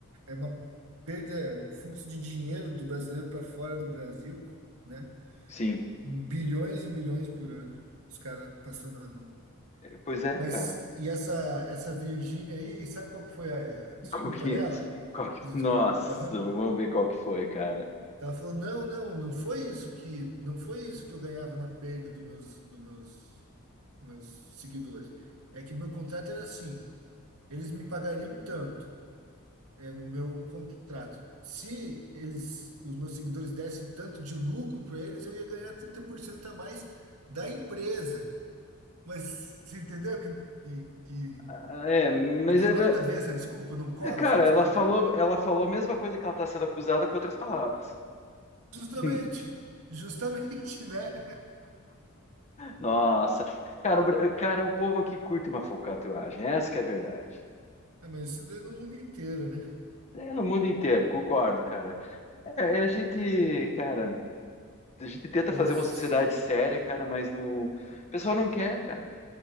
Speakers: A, on the right; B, on the left.
A: é uma perda, um fluxo de dinheiro do brasileiro para fora do Brasil, né?
B: Sim.
A: Bilhões e bilhões por ano, os caras passando na mão.
B: Pois é,
A: Mas,
B: cara.
A: e
B: <laughs>
A: essa, essa Virgínia aí, sabe qual que foi a, a desculpa
B: E Qual que,
A: dela?
B: é? qual que-
A: Desculpa.
B: Nossa,
A: aham.
B: vamos ver qual que foi, cara.
A: Ela falou, não, não, não foi isso que, não foi isso que eu ganhava na perda dos meus, dos meus, meus seguidores. É que meu contrato era assim, eles me pagariam tanto. é, o meu contrato. Se eles, os meus seguidores dessem tanto de lucro para eles, eu ia ganhar 30% a mais da empresa. Mas você entendeu que, que, que
B: Ah, É, mas
A: não tem
B: é,
A: nada a ver essa desculpa? Não cola
B: é, cara,
A: essa desculpa?
B: ela falou, ela falou a mesma coisa que ela tá sendo acusada com outras palavras.
A: Justamente,
B: <laughs>
A: justamente, <laughs> né?
B: Nossa, cara, o, Bra- cara, o povo aqui curte uma falcatruagem, essa que é a verdade.
A: É, mas isso daí é no mundo inteiro, né?
B: É, no mundo inteiro, concordo, cara. É, é, a gente, cara, a gente tenta
A: Mas
B: fazer uma sociedade séria, cara, mas no... o pessoal não quer, cara.